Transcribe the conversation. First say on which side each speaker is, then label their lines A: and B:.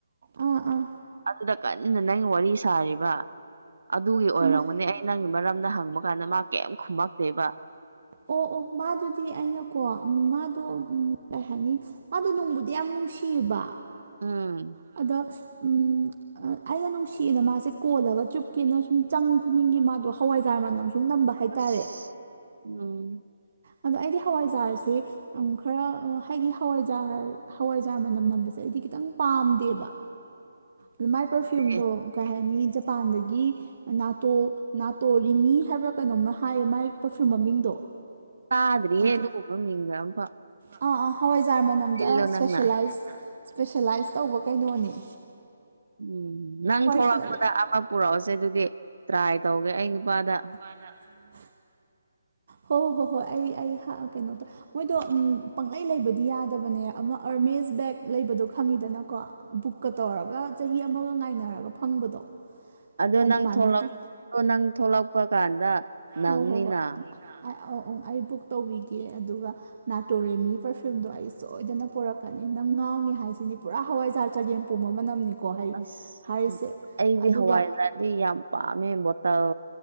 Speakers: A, on the right; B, on the right.
A: ꯑꯥ ꯑꯥ
B: ꯑꯗꯨꯗ ꯀꯟꯅ ꯅꯪ ꯋꯥꯔꯤ ꯁꯥꯔꯤꯕ ꯑꯗꯨꯒꯤ ꯑꯣꯏꯔꯝꯒꯅꯤ
A: ꯍꯩꯃꯥ
B: ꯑꯩ ꯅꯪꯒꯤ ꯃꯔꯝꯗ ꯍꯪꯕ ꯀꯥꯟꯗ ꯃꯥ ꯀꯩꯝ ꯈꯨꯝꯃꯛꯇꯦꯕ
A: ꯑꯣ ꯑꯣ ꯃꯥꯗꯨꯗꯤ ꯑꯩꯅꯀꯣ ꯃꯥꯗꯣ ꯎꯝ ꯀꯩ ꯍꯥꯏꯅꯤ ꯃꯥꯗꯣ ꯅꯨꯡꯕꯨꯗꯤ ꯌꯥꯝ ꯅꯨꯡꯁꯤꯕ
B: ꯎꯝ
A: ꯑꯗꯣ ꯎꯝ ꯑꯩꯅ ꯅꯨꯡꯁꯤꯌꯦꯅ ꯃꯥꯁꯦ ꯀꯣꯜꯂꯒ ꯆꯨꯞꯀꯦꯅ ꯁꯨꯝ ꯆꯪ ꯈꯨꯗꯤꯡꯒꯤ ꯃꯥꯗꯣ ꯍꯋꯥꯏꯖꯥꯔ ꯃꯅꯝ ꯁꯨꯝ ꯅꯝꯕ ꯍꯥꯏ ꯍꯥꯏꯇꯥꯔꯦ
B: ꯑꯁ ꯎꯝ
A: ꯑꯗꯣ ꯑꯩꯗꯤ ꯍꯋꯥꯏꯖꯥꯔꯁꯤ ꯑꯃꯨꯛ ꯈꯔ ꯍꯥꯏꯗꯤ ꯍꯋꯥꯏꯖꯥꯔ ꯍꯋꯥꯏꯖꯥꯔ ꯃꯅꯝ ꯅꯝꯕꯁꯦ ꯑꯩꯗꯤ ꯈꯤꯇꯪ ꯄꯥꯝꯗꯦꯕ ꯑꯗ ꯃꯥꯏ ꯄꯔꯐ꯭ꯌꯨꯝꯗꯣ
B: ꯑꯦ
A: ꯀꯩ ꯍꯥꯏꯅꯤ ꯖꯄꯥꯟꯗꯒꯤ ꯅꯥꯇꯣ ꯅꯥꯇꯣꯔꯤꯃꯤ ꯍꯥꯏꯕ꯭ꯔ ꯀꯩꯅꯣꯝ ꯍꯥꯏꯌꯦ ꯃꯥꯏ ꯄꯔꯐ꯭ꯌꯨꯝ ꯃꯃꯤꯡꯗꯣ
B: ꯇꯥꯗꯔ꯭ꯤꯍꯦ
A: ꯑꯗꯨ
B: ꯑꯗꯨꯒꯨꯝꯕ ꯃꯤꯡꯒ ꯑꯝꯐꯥꯎ
A: ꯑꯥ ꯑꯥ ꯍꯋꯥꯏꯖꯥꯔ ꯃꯅꯝꯗ
B: ꯏꯜꯂꯣ
A: ꯏꯁꯄꯦꯁꯦꯂꯥꯏꯁ
B: ꯅꯪꯅ
A: ꯏꯁꯄꯦꯁꯦꯂꯥꯏꯁ ꯇꯧꯕ ꯀꯩꯅꯣꯅꯤ
B: ꯎꯝ ꯅꯪ ꯊꯂꯛꯄꯗ
A: ꯁꯥꯟꯅꯕ
B: ꯑꯃ ꯄꯨꯔꯛꯑꯣꯁꯦ ꯑꯗꯨꯗꯤ ꯇ꯭ꯔꯥꯏ ꯇꯧꯒꯦ ꯑꯩ ꯅꯨꯄꯥꯗ
A: <unintelligible>
B: <inaudible>
A: ꯍꯣ ꯍꯣ ꯍꯣꯏ ꯑꯩ ꯑꯩ ꯀꯩꯅꯣꯇꯧ ꯃꯣꯏꯗꯣ ꯄꯪꯂꯩ ꯂꯩꯕꯗꯤ ꯌꯥꯗꯕꯅꯦ ꯑꯃ ꯑꯔꯃꯦꯁ ꯕꯦꯛ ꯂꯩꯕꯗꯣ ꯈꯪꯉꯤꯗꯅꯀꯣ ꯕꯨꯛꯀ ꯇꯧꯔꯒ ꯆꯍꯤ ꯑꯃꯒ ꯉꯥꯏꯅꯔꯒ ꯐꯪꯕꯗꯣ
B: ꯑꯗꯣ
A: ꯑꯗꯨ
B: ꯅꯪ
A: ꯃꯥꯟꯅꯗꯦ
B: ꯊꯣꯛꯂꯛꯄ ꯅꯪ ꯊꯣꯛꯂꯛꯄ ꯀꯥꯟꯗ ꯅꯪꯅꯤꯅ
A: ꯍꯣꯏ ꯍꯣꯏ ꯍꯣꯏ ꯑ ꯑꯩ ꯕꯨꯛ ꯇꯧꯕꯤꯒꯦ ꯑꯗꯨꯒ ꯅꯥꯇꯣꯔꯦꯃꯤ ꯄꯔꯐ꯭ꯌꯨꯝꯗꯣ ꯑꯩ ꯁꯣꯏꯗꯅ ꯄꯣꯔꯛꯀꯅꯤ ꯅꯪ ꯉꯥꯎꯅꯤ ꯍꯥꯏꯁꯤꯅꯤ ꯄꯨꯔꯥ ꯍꯋꯥꯏꯖꯥꯔ ꯆꯒꯦꯝ ꯄꯣꯝꯕ ꯃꯅꯝꯅꯤꯀꯣ ꯍꯥꯏ
B: ꯑꯁ
A: ꯍꯥꯏꯔꯤꯁꯦ
B: ꯑꯩꯗꯤ
A: ꯑꯗꯨꯒ
B: ꯍꯋꯥꯏꯖꯥꯔꯗꯤ ꯌꯥꯝ ꯄꯥꯝꯃꯦ ꯕꯣꯇꯜ